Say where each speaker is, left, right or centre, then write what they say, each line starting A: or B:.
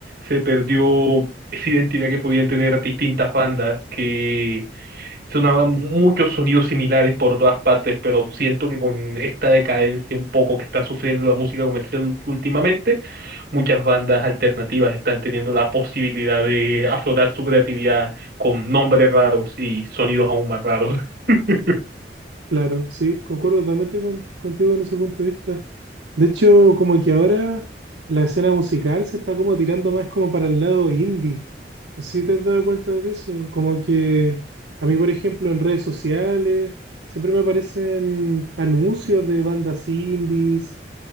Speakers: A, on the right (about 60°); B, on the right (about 85°).
A: se perdió esa identidad que podían tener distintas bandas que sonaban muchos sonidos similares por todas partes, pero siento que con esta decadencia un poco que está sufriendo la música comercial últimamente, muchas bandas alternativas están teniendo la posibilidad de aflorar su creatividad con nombres raros y sonidos aún más raros. <laughs>
B: Claro, sí, concuerdo totalmente con- contigo en ese punto de vista. De hecho, como que ahora la escena musical se está como tirando más como para el lado indie. No sé si te has dado cuenta de eso. Como que a mí, por ejemplo, en redes sociales siempre me aparecen anuncios de bandas indies